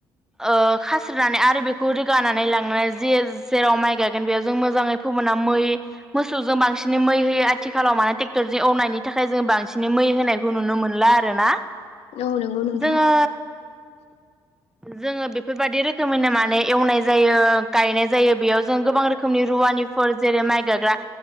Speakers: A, in the centre; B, on the left (about 60°).
A: ओ खास्रिनानै आरो बेखौ रोगानानै लांनानै जे जेराव माइ गायगोन बेयाव जों मोजाङै फोमोना मै मोसौजों बांसिनै मै होयो आ आथिखालाव माने ट्रेक्टरजों एवनायनि थाखाय जोङो बांसिन मै होनायखौ नुनो मोनला आरोना।
B: औ नंगौ नोंथां
A: जोङो जोङो बेफोरबादि रो रोखोमैनो माने एवनाय जायो, गायनाय जायो, बेयाव जों गोबां रोखोमनि रुवानिफोर जेरै माइ गायग्रा